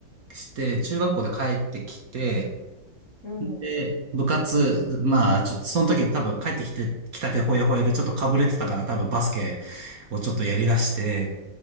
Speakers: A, on the right; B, on the left.
A: して、中学校で帰ってきて、
B: うんうん。
A: で、部活、まあ、ちょっと、その時多分帰ってきて、きたてほやほやでちょっとかぶれてたから多分バスケをちょっとやりだして、